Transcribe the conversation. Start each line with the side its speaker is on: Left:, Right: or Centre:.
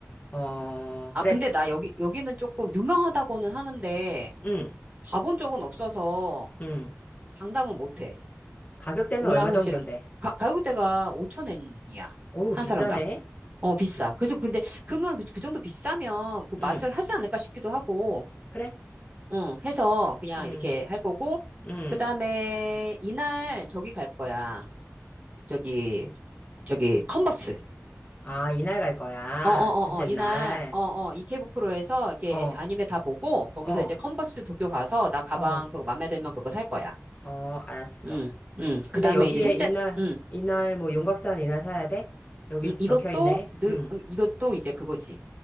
Left: 어,
Right: 아,
Left: 그래.
Right: 근데 나 여기 여기는 조금 유명하다고는 하는데
Left: 응,
Right: 가본 적은 없어서
Left: 응.
Right: 장담은 못 해.
Left: 가격대는
Right: 우나후지라
Left: 얼마 정도인데?
Right: 가, 가격대가 5천엔이야.
Left: 어우,
Right: 한
Left: 비싸네.
Right: 사람당. 어, 비싸. 그래서 근데 그러면 그, 그 정도 비싸면 그
Left: 응,
Right: 맛을 하지 않을까 싶기도 하고
Left: 그래.
Right: 응, 해서 그냥
Left: 응,
Right: 이렇게 할 거고,
Left: 응.
Right: 그 다음에 이날 저기 갈 거야. 저기, 저기, 컨버스.
Left: 아, 이날 갈 거야.
Right: 어, 어, 어,
Left: 둘째
Right: 어, 이날,
Left: 날.
Right: 어, 어, 이케부쿠로에서 이렇게
Left: 어,
Right: 애니- 아니메 다 보고, 거기서
Left: 어,
Right: 이제 컨버스 도쿄 가서 나 가방
Left: 어,
Right: 그거 맘에 들면 그거 살 거야.
Left: 어, 알았어.
Right: 응, 응.
Left: 근데
Right: 그 다음에
Left: 여기에
Right: 이제 셋째,
Left: 이날,
Right: 응,
Left: 이날, 뭐, 용각산 이날 사야 돼? 여기
Right: 응, 이것도
Left: 적혀 있네.
Right: 늘,
Left: 응,
Right: 응, 이것도 이제 그거지.